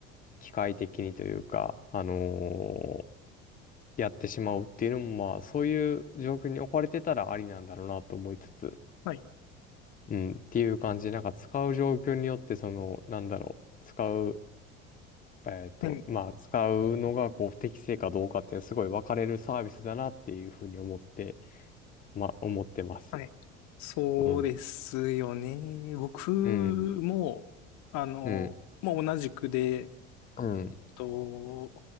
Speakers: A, on the left; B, on the left.
A: 機械的にというか、あのーやってしまうっていうのもまあそういう状況に置かれてたらありなんだろうなと思いつつ、
B: はい、
A: うん、っていう感じで、なんか使う状況によって、その、なんだろう、使う、えっと、
B: うん、
A: まあ、使うのが、こう、適正かどうかって、すごい分かれるサービスだなっていうふうに思って、まあ、思ってます。
B: はい。そうですよね。
A: うん。
B: 僕
A: うん。
B: も、あの、
A: うん。
B: まあ、同じくで、
A: うん。
B: と、